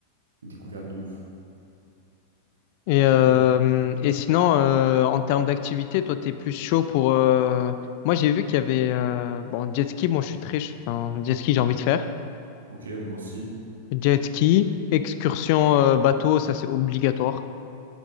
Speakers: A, on the right; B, on the left.
A: de découverte de ouf.
B: Et, euh,
A: Mais- bon,
B: et sinon, euh, en termes d'activité, toi, t'es plus chaud pour... euh, Moi, j'ai vu qu'il y avait... euh, Bon, jet ski, moi, je suis très... ch- Enfin, jet ski, j'ai envie de faire.
A: ok, moi aussi.
B: Jet ski, excursion euh, bateau, ça c'est obligatoire.